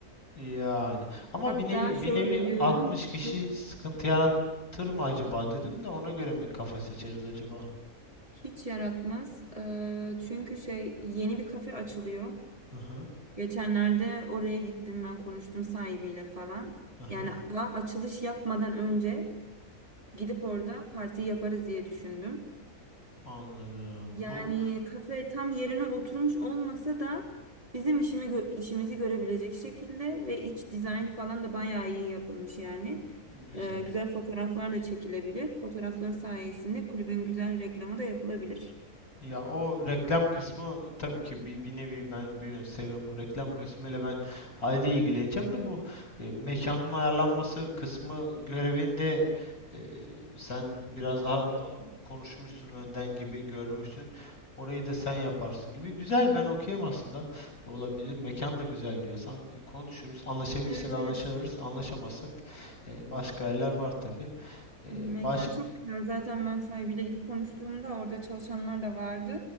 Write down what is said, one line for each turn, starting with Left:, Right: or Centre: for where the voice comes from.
Left: Yani ama
Right: Hatta
Left: bir nevi
Right: şöyle
Left: bir nevi
Right: diyorum.
Left: 60 kişi
Right: bu
Left: sıkıntı yaratır mı acaba dedim de ona göre mi kafe seçeriz acaba?
Right: hiç yaratmaz. Ee, çünkü şey yeni bir kafe açılıyor.
Left: Aha,
Right: Geçenlerde oraya gittim ben konuştum sahibiyle falan.
Left: aha,
Right: Yani daha açılış yapmadan önce gidip orada parti yaparız diye düşündüm.
Left: anladım.
Right: Yani
Left: Bu
Right: kafe tam yerine oturmuş olmasa da bizim işimi gö- işimizi görebilecek şekilde ve iç dizayn falan da bayağı iyi yapılmış yani.
Left: güzel.
Right: Ee, güzel fotoğraflar da çekilebilir. Fotoğraflar sayesinde kulübün güzel reklamı da yapılabilir.
Left: Ya o reklam kısmı tabii ki bir, bir nevi ben biliyorsun seviyorum. O reklam kısmıyla ben aile ilgileneceğim de bu e, mekanın ayarlanması kısmı görevinde e, sen biraz daha konuşmuşsun önden gibi görmüşsün. Orayı da sen yaparsın gibi. Güzel ben okeyim aslında. Olabilir. Mekan da güzel diyorsan e, konuşuruz. Anlaşabilirsek
Right: Evet
Left: anlaşırız.
Right: evet
Left: Anlaşamazsak e, başka yerler var tabii. E,
Right: Mekan
Left: baş
Right: çok güzel. Zaten ben sahibiyle gidip konuştuğumda orada çalışanlar da vardı.